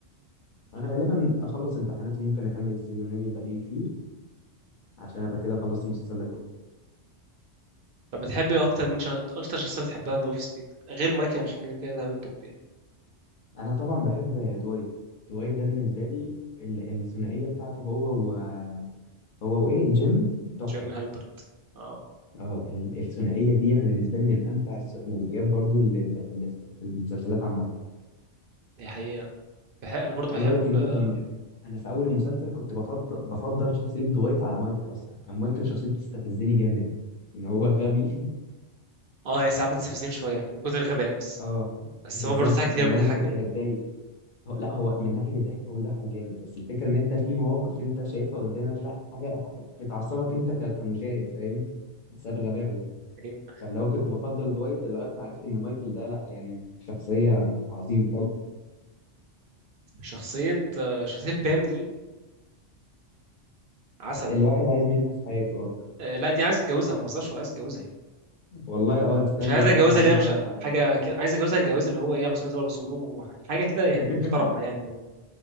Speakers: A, on the left (about 45°); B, on the right (about 55°).
A: انا غالبا اخلص امتحانات وممكن اكمل السيزونين الباقيين فيه عشان ابقى كده خلصت المسلسل ده كله
B: طب بتحب اكتر مين شخ... اكتر شخصية بتحبها في ذا اوفيس مين غير مايكل عشان كده كده ده هيبقى التوب يعني
A: انا طبعا بحب دوايت دوايت ده بالنسبه لي ال- الثنائيه بتاعته هو و... هو وايه جيم تحفه
B: جيم هالبرت اه
A: اه ال- الثنائيه دي انا بالنسبه لي من امتع الثنائيات برضو اللي اللي في في المسلسلات عامه
B: دي حقيقة بحب... انا برضو
A: عايز
B: بحب
A: اقول لك ان
B: اه
A: انا كان انا في اول المسلسل كنت بفضل بفضل شخصيه دوايت على مايكل اصلا كان مايكل شخصيه بتستفزني جامد ان هو غبي <laughs>
B: آه، هي ساعات بتستفزني شوية من كتر الغباء بس
A: اه
B: بس
A: بالظبط
B: هو برضه ساعات
A: فاللي
B: كتير بيضحكني
A: هو انا كنت
B: يعني
A: بتضايق هو لا هو من ناحيه الضحك هو بيضحك جامد بس الفكره ان انت في مواقف انت شايفها قدامك لا حاجه بتعصبك انت ك- كمشاهد فاهم بسبب غبائه
B: ايوه
A: فاللي هو كنت بفضل دوايت ده لغايه ما عرفت ان مايكل ده لا يعني شخصيه عظيمه
B: شخصية آه، شخصية بام دي عسل
A: الواحد عايز منها في حياته اه
B: آه، لا دي عايز اتجوزها ما بهزرش عايز اتجوزها يعني
A: والله اه انت فاهم
B: مش عايز
A: اللي هو
B: اتجوزها
A: الواحد عايز
B: اللي هي مش
A: بان في حياته
B: حاجه كده عايز اتجوزها الجواز اللي هو ايه على سنه الله ورسوله وح- حاجه كده يعني
A: <laughs>
B: محترمه يعني و...